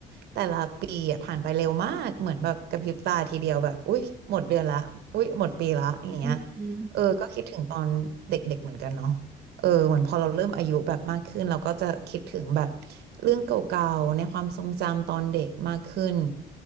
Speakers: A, on the right; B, on the right.
A: แต่ละปีอะผ่านไปเร็วมากเหมือนแบบกระพริบตาทีเดียวแบบอุ๊ยหมดเดือนละอุ๊ยหมดปีละอย่างเงี้ย
B: อืม
A: เออก็คิดถึงตอนเด็กๆเหมือนกันเนาะเออเหมือนพอเราเริ่มอายุแบบมากขึ้นเราก็จะคิดถึงแบบเรื่องเก่าๆในความทรงจำตอนเด็กมากขึ้น